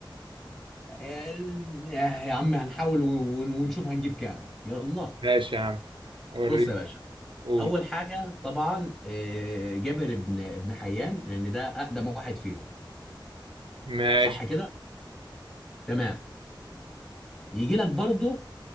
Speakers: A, in the centre; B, on the right.
A: ال- يا عم هنحاول ون- ونشوف هنجيب كام يلا
B: ماشي يا عم وريني
A: بص يا باشا
B: قول
A: اول حاجه طبعا آه، جابر ابن ابن حيان لان ده اقدم واحد فيهم
B: ماشي
A: صح كده تمام يجي لك برضه